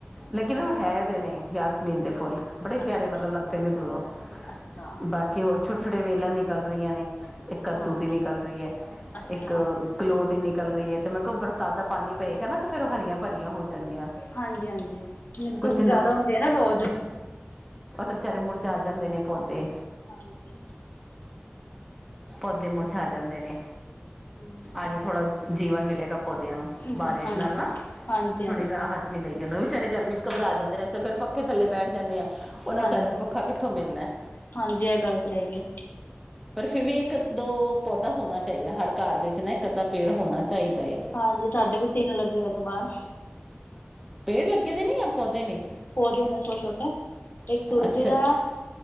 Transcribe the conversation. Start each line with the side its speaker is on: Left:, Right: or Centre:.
Centre: ਲੇਕਿਨ
Left: ਅੱਛਾ
Centre: ਉਹ ਹੈ ਦੇ ਨੇ ਯਾਸਮੀਨ ਦੇ ਫੁੱਲ ਬੜੇ
Left: ਅੱਛਾ
Centre: ਪਿਆਰੇ ਮਤਲਬ ਲੱਗਦੇ ਨੇ ਦੂਰੋਂ।
Left: ਅੱਛਾ
Centre: ਬਾਕੀ ਹੋਰ ਛੋਟੇ ਛੋਟੇ ਵੇਲਾਂ ਨਿਕਲ ਰਹੀਆਂ ਨੇ ਇੱਕ ਕੱਦੂ
Left: ਹਾਂ
Centre: ਦੀ ਨਿਕਲ ਰਹੀ ਏ,
Left: ਅੱਛਾ
Centre: ਇੱਕ ਗਲੋਅ ਦੀ ਨਿਕਲ ਰਹੀ ਏ, ਤੇ ਮੈਂ ਕਿਹਾ ੳ ਬਰਸਾਤ ਦਾ ਪਾਣੀ ਪਏਗਾ ਨਾ ਤੇ ਫੇਰ ਉਹ ਹਰੀਆਂ ਭਰੀਆਂ ਹੋ ਜਾਣਗੀਆਂ।
Left: ਹਾਂਜੀ ਹਾਂਜੀ ਮੈਨੂੰ
Centre: ਕੁਛ
Left: ਧੁੱਪ ਜਿਆਦਾ ਹੁੰਦੀ ਆ ਨਾ ਰੋਜ਼
Centre: ੳ ਤੇ ਬੇਚਾਰੇ ਮੁਰਝਾ ਜਾਂਦੇ ਨੇ ਪੌਦੇ।
Left: ਹਾਂਜੀ
Centre: ਪੌਦੇ ਮੁਰਝਾ ਜਾਂਦੇ ਨੇ
Left: ਹਮ
Centre: ਅੱਜ ਥੋੜਾ ਜੀਵਨ ਮਿਲੇਗਾ ਪੌਦਿਆਂ ਨੂੰ
Left: ਹਾਂਜੀ
Centre: ਬਾਰਿਸ਼ ਨਾਲ ਨਾ
Left: ਹਾਂਜੀ ਹਾਂਜੀ
Centre: ਥੋੜ੍ਹੀ ਰਾਹਤ ਮਿਲੇਗੀ ਉਹ ਵੀ ਵਿਚਾਰੇ ਗਰਮੀ 'ਚ ਘਬਰਾ ਜਾਂਦੇ ਨੇ ਅਸੀ ਤੇ ਫਿਰ ਪੱਖੇ ਥੱਲੇ ਬੈਠ ਜਾਂਨੇ ਆਂ। ਉਹਨਾਂ
Left: ਹਾਂਜੀ
Centre: ਬੇਚਾਰਿਆਂ ਨੂੰ ਪੱਖਾ ਕਿੱਥੋਂ ਮਿਲਣਾ ਏ।
Left: ਹਾਂਜੀ ਇਹ ਗੱਲ ਤੇ ਹੈਈ ਏ।
Centre: ਪਰ ਫਿਰ ਵੀ ਇੱਕ ਦੋ ਪੌਦਾ ਹੋਣਾ ਚਾਹੀਦਾ ਹਰ ਘਾਰ ਵਿੱਚ ਨਾ ਇੱਕ ਅੱਧਾ ਪੇੜ ਹੋਣਾ ਚਾਹੀਦਾ ਏ।
Left: ਹਾਂਜੀ ਸਾਡੇ ਵੀ ਤਿੰਨ ਲੱਗੇ ਹੋਏ ਨੇ ਬਾਹਰ।
Centre: ਪੇੜ ਲੱਗੇ ਦੇ ਨੇ ਯਾਂ ਪੌਦੇ ਨੇ।
Left: ਪੌਦੇੇ ਨੇ ਛੋਟੇ ਛੋਟੇ ਇੱਕ ਤੁਲਸੀ
Centre: ਅੱਛਾ
Left: ਦਾ
Centre: ਅੱਛਾ